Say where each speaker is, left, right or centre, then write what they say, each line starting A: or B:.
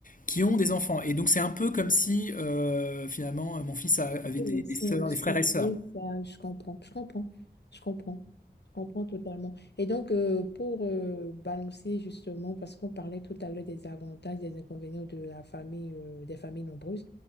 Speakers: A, on the left; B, on the left.
A: qui ont des enfants. Et donc c'est un peu comme si euh, finalement mon fils a- avait
B: Oui,
A: des, des
B: C'est
A: sœurs,
B: aussi,
A: des frères et sœurs.
B: c'est ça, je comprends, je comprends, je comprends, je comprends totalement. Et donc, euh, pour euh, balancer justement, parce qu'on parlait tout à l'heure des avantages, des inconvénients de la famille, euh, des familles nombreuses,